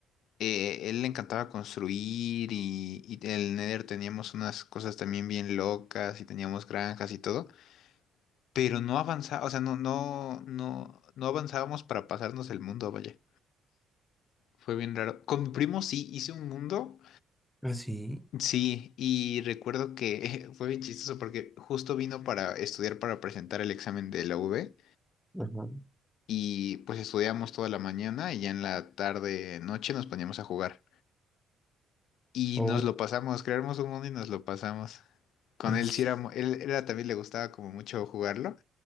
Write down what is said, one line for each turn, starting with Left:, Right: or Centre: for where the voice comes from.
Left: eh, él le encantaba construir y, y el Nether teníamos unas cosas también bien locas y teníamos granjas y todo, pero no avanzaba, o sea, no, no, no, no avanzábamos para pasarnos el mundo, vaya. Fue bien raro. Con mi primo sí hice un mundo,
Centre: Ah, sí.
Left: sí, y recuerdo que <laughs> fue bien chistoso porque justo vino para estudiar para presentar el examen de la U V.
Centre: Ajá.
Left: y pues estudiamos toda la mañana y ya en la tarde, noche nos poníamos a jugar. Y
Centre: Oh,
Left: nos lo pasamos, creamos un mundo y nos lo pasamos. Con
Centre: as-
Left: él sí era, mu- él era también le gustaba como mucho jugarlo